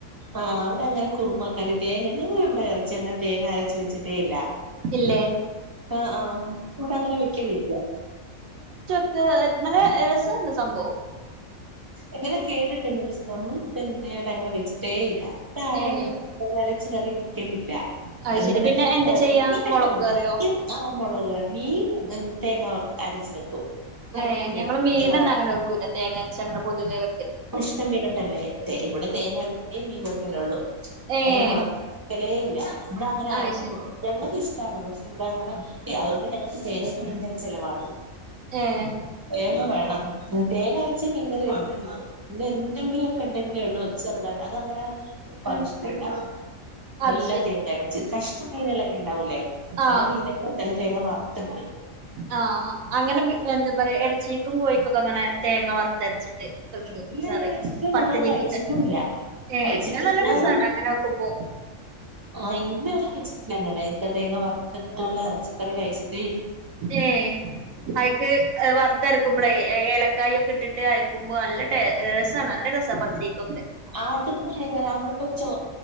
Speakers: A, on the right; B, on the right.
A: ആ അവിടെ അങ്ങനെ കുറുമ കറി തേങ്ങ ഞങ്ങളിവിടെ ഇറച്ചി അങ്ങനെ തേങ്ങ അരച്ച് വെച്ചിട്ടേ ഇല്ല.
B: ഇല്ലേ
A: ആഹ് ആഹ് കൂട്ടാനങ്ങനെ വെക്ക്യലില്ല
B: <unintelligible> നല്ലെ എസാണ് സംഭവം
A: എങ്ങനെ കേട്ടിട്ട്ണ്ട് മീൻസ് ഞമ്മള് പിന്നേടങ്ങനെ വെച്ചിട്ടേ ഇല്ലാ <unintelligible> ആരും
B: ഏഹ്
A: അങ്ങനെ <unintelligible> അരച്ച് കറി വെക്കലില്ലാ
B: അത്
A: എന്തണെ
B: ശരി പിന്നെ എന്താ
A: പറഞ്ഞ്
B: ചെയ്യാ
A: വെക്കുണ്ട്
B: മൊളക് കറിയോ
A: ആമ്പോള്ള മീൻ തേങ്ങ അരച്ച് വെക്കും.
B: ഏഹ് ഞങ്ങള്
A: വെക്കും
B: മീനൊന്നും
A: തേങ്ങ
B: അങ്ങനെ വെക്കൂല തേങ്ങരച്ച അങ്ങനെ പൊതുവെ വെ
A: കുഷ്ട മീനുണ്ടല്ലേ തേ ഇവിടെ തേങ്ങ <unintelligible> മീൻ വെക്കലേള്ളൂ
B: ഏഹ്
A: മറ്റെ മുളക് ക്കലെ ഇല്ല ഇവിടങ്ങനെ
B: അത്
A: ആർക്കും
B: ശരി
A: ഞങ്ങക്ക് ഇഷ്ടമാണ് പക്ഷെ ഇവിടങ്ങനെ അതു കൊണ്ട് ഞങ്ങ തേങ്ങക്ക് <unintelligible> ചിലവാണ്
B: ഏഹ്
A: തേങ്ങ വേണം. തേങ്ങരച്ച മീൻ കറി <unintelligible> പിന്നെ എന്തെങ്കില ക്കണ്ടെങ്കിലേ ഉള്ളൂ ചെറുതായിട്ട് അതങ്ങനെ പതിഷ്ട്ടല്ല.
B: ഉം അത്
A: എല്ലാം
B: ശരി
A: തേങ്ങ അരച്ച് കഷ്ടം മീനല്ല കെ ണ്ടാവൂലേ
B: ആഹ്
A: ആ മീനൊക്കെ നല്ല തേങ്ങ വറുത്ത
B: ആഹ് അങ്ങനെ എന്ത് പറയാ ഇറച്ചിക്കും കോഴിക്കൊക്കെ അങ്ങനെ തേങ്ങ വറത്തരച്ചിട്ട് വെക്കും
A: ഇന്നേവരെ
B: കറി
A: വെച്ചിട്ടില്ല
B: പത്തിരിക്കൊക്കെ.
A: ഞങ്ങള് കഴിച്ചിട്ടും ഇല്ല
B: കേക്കാൻ
A: കഴിച്ചിട്ട്
B: നല്ല
A: ഞങ്ങൾ
B: രസാണ് അങ്ങനെ വെക്കുമ്പോ.
A: ആഹ് ഇന്നേ വരെ കഴിച്ചിട്ടില്ല അങ്ങനെക്ക തേങ്ങ വറത്തുള്ള ഇറച്ചിക്കറി കഴിച്ചിട്ട
B: ഏഹ് അയിക്ക് വറുത്തരക്കുമ്പളേ ഏലക്കായ ഇട്ടിട്ട് കയക്കുമ്പോ നല്ല ടേ രസാണ് നല്ല രസാ പത്തിരിക്കൊക്കെ.
A: ആതിപ്പോ എങ്ങനാ നമ്മളിപ്പോ ചോ